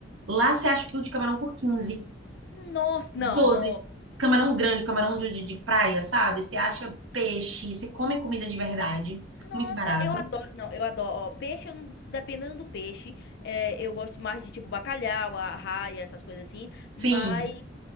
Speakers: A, on the right; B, on the left.
A: Lá você acha o quilo de camarão por 15,
B: Nossa,
A: doze,
B: não, nossa.
A: Camarão grande, camarão de, de de praia, sabe? Você acha peixe, você come comida de verdade,
B: Nossa,
A: muito barato.
B: eu adoro. Não, eu adoro. Ó, peixe, eu não- dependendo do peixe, é, eu gosto mais de tipo bacalhau, arraia, essas coisas assim.
A: Sim,
B: Mas